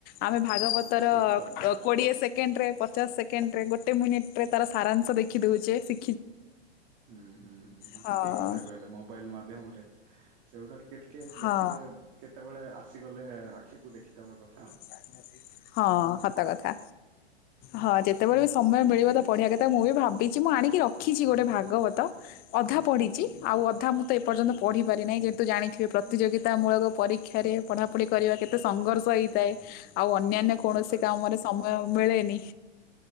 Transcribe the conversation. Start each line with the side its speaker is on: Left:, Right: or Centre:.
Left: ଆମେ ଭାଗବତର
Right: ହଁ ଠିକ କଥା କହିଲେ।
Left: କୋଡ଼ିଏ ସେକେଣ୍ଡରେ ପଚାଶ ସେକେଣ୍ଡରେ ଗୋଟେ ମିନିଟ୍ ତାର ସାରାଂଶ ଦେଖି ଦଉଛେ ଶି
Right: ହୁଁ ହୁଁ ହୁଁ
Left: ହଁ
Right: ଠିକ କଥା କହିଲେ ମୋବାଇଲ ମାଧ୍ୟମରେ। ସେଗୁଡା ଟିକେ ଟିକେ
Left: ହଁ
Right: ଦେଖିଦେ କେତେବେଳେ ଆସିଗଲେ ଆଖିକୁ ଦେଖିଦବା କଥା।
Left: <inaudible> ହଁ ସତ କଥା ହଁ
Right: ହୁଁ
Left: ଯେତେବେଳେ
Right: ହୁଁ
Left: ବି ସ ତମେ ମିଳିବ ତ ପଢିବା କଥା ମୁଁ ବି ଭାବିଛି ମୁଁ ଆଣିକି ରଖିଛି ଗୋଟେ ଭାଗବତ ଅଧା ପଢ଼ିଛି ଆଉ ଅଧା ମୁଁ ଏପର୍ଯ୍ୟନ୍ତ ପଢି ପାରି ନାହିଁ ଯେହେତୁ ଜାଣିଥିବେ ପ୍ରତିଯୋଗିତା ମୂଳକ ପରୀକ୍ଷାରେ ପଢାପଢି କରିବା କେତେ ସଂଘର୍ଷ ହେଇଥାଏ
Right: ହୁଁ ହୁଁ
Left: ଆଉ ଅନ୍ୟାନ୍ୟ କୌଣସି
Right: ସତ କଥା
Left: କାମରେ ସମୟ ମିଳେନି।